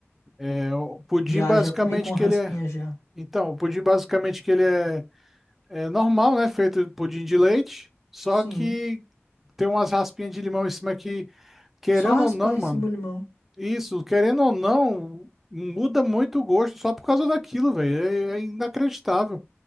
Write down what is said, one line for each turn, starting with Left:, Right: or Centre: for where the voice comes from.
Centre: É, o pudim
Left: já,
Centre: basicamente
Left: já comi com raspinha
Centre: que ele é.
Left: já.
Centre: Então, o pudim basicamente que ele é, é normal, né? Feito de pudim de leite, só
Left: Sim.
Centre: que tem umas raspinhas de limão em cima que, querendo
Left: Só raspar
Centre: ou não,
Left: em
Centre: mano.
Left: cima o limão.
Centre: Isso, querendo ou não, muda muito o gosto só por causa daquilo, velho. É, é inacreditável.